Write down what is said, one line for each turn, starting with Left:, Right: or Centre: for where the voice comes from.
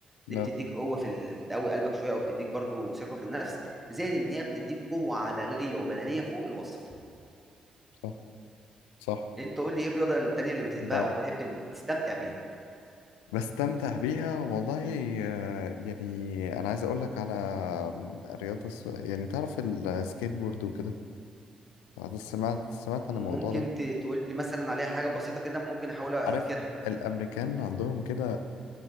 Centre: دي
Left: اه
Centre: بتديك قوة في ال... بتقوي قلبك شوية او بتديك برضو ثقة في النفس زائد ان هي بتديك قوة عضلية وبدنية فوق الوصف
Left: صح صح
Centre: انت قول لي ايه الرياضة التانية اللي بتحبها
Left: ب...
Centre: او بتحب بتستمتع بيها
Left: بستمتع بيها والله آه، يعني انا عايز اقول لك على آه، رياضة اس- يعني تعرف السكيت بورد وكده أنا سمعت سمعت
Centre: ممكن
Left: عن الموضوع ده
Centre: ت- تقول لي مثلا عليها حاجة بسيطة كده ممكن احاول افتكرها
Left: عارف الامريكان عندهم كده